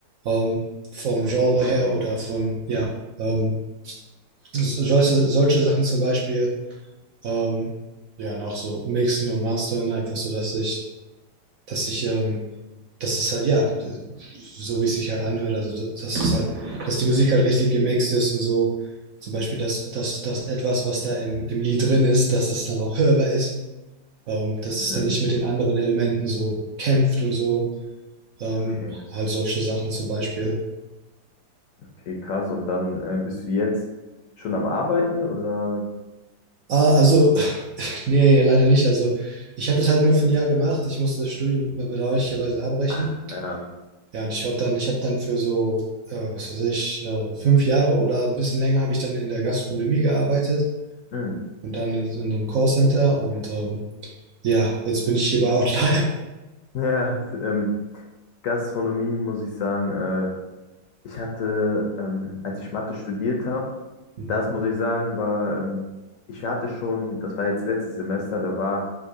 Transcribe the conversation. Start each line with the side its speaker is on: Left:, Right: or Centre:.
Right: ähm, vom Genre her oder von, ja, ähm, solche, solche Sachen zum Beispiel Ähm, ja, und auch so mixen und mastern, einfach so, dass ich, dass ich, ähm, dass es halt, ja, so wie es sich halt anhört, also da- dass es halt, dass die Musik halt richtig gemixt ist und so, zum Beispiel, dass, dass, dass etwas, was da im, im Lied drin ist, dass das dann auch hörbar ist, ähm, dass
Left: Mhm.
Right: es dann nicht mit den anderen Elementen so kämpft und so, ähm,
Left: Okay,
Right: halt solche Sachen zum Beispiel.
Left: okay, krass. Und dann äh, bist du jetzt schon am Arbeiten oder?
Right: Ah, also, <laughs> nee, leider nicht, also ich habe das halt nur für ein Jahr gemacht, ich musste das Studium bedauerlicherweise abbrechen.
Left: Ah, ja.
Right: Ja, und ich war dann, ich habe dann für so, äh, was weiß ich, äh, fünf Jahre oder ein bisschen länger habe ich dann in der Gastronomie gearbeitet
Left: Mhm.
Right: und dann in, in einem Callcenter und ähm, ja, jetzt bin ich hier bei Outlier.
Left: Ja, <laughs> t- ähm, Gastronomie muss ich sagen, äh, ich hatte, ähm, als ich Mathe studiert habe,
Right: <laughs>
Left: das muss ich sagen, war, ähm, ich hatte schon, das war jetzt letztes Semester, da war,